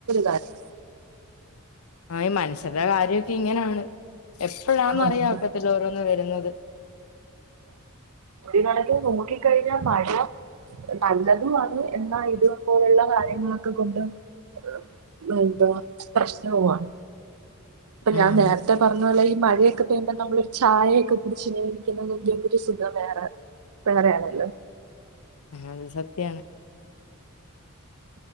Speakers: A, on the right; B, on the left.
A: കാരണം
B: ആ ഈ മനുഷ്യരുടെ കാര്യമൊക്കെ ഇങ്ങനാണ് എപ്പഴാന്നറിയോ
A: കാര്യമാണ്
B: ഒക്കത്തിലും ഓരോന്ന് വരുന്നത് <inaudible>
A: ഒരു കണക്കി നോക്കിക്കഴിഞ്ഞാ മഴ നല്ലതുമാണ് എന്ന ഇതു പോലുള്ള കാര്യങ്ങളൊക്കെ കൊണ്ട് <unintelligible> പ്രശ്നവുആണ് അപ്പൊ
B: ഉം
A: ഞാൻ നേരത്തെ പറഞ്ഞോലെയി മഴയൊക്കെ പെയ്യുമ്പോ നമ്മള ഒരു ചായൊക്കെ കുടിച്ചുണിരിക്കുന്ന <unintelligible> ഒരു സുഖം വേറെ വേറെയാണല്ലോ
B: ആ അത് സത്യാണ്.